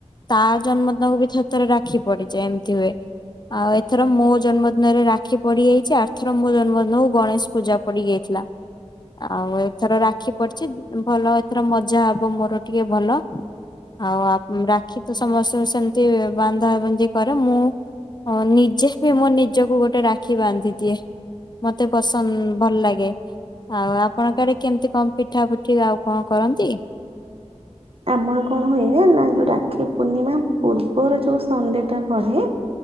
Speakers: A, on the left; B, on the right.
A: ତା ଜନ୍ମଦିନକୁ ବି ଥରେ ଥରେ ରାକ୍ଷୀ ପଡିଯାଏ ଏମିତି ହୁଏ। ଆଉ ଏଥର ମୋ ଜନ୍ମଦିନରେ ରାକ୍ଷୀ ପଡିଯାଇଚି ଆର୍ଥର ମୋ ଜନ୍ମଦିନ କୁ ଗଣେଶ ପୂଜା। ପଡି ଯାଇଥିଲା। ଆଉ ଏଥର ରାକ୍ଷୀ ପଡିଚି ଭଲ ଏଥର ମଜା ହବ ମୋରୋ ଟିକେ ଭଲ। ଆଉ ଆପ୍ ରାକ୍ଷୀ ତ ସମସ୍ତଙ୍କୁ ସେମିତି ବାନ୍ଧାବନ୍ଧି କରେ ମୁଁ। ହଁ ନିଜେ ବି ମୋ ନିଜକୁ ଗୋଟେ ରାକ୍ଷୀ ବାନ୍ଧି ଦିଏ। ମତେ ପସନ୍ଦ ଭଲ ଲାଗେ। ଆଉ ଆପଣଙ୍କ ଆଡେ କେମିତି କଁ ପିଠା ପୁଠି ଆଉ କଁ କରନ୍ତି?
B: ଆମର କଣ ହୁଏ ନା ଯୋଉ ରାକ୍ଷୀ ପୂର୍ଣ୍ଣିମା ପୂର୍ବର ଯୋଉ ସନଡେ ଟା ପଡେ।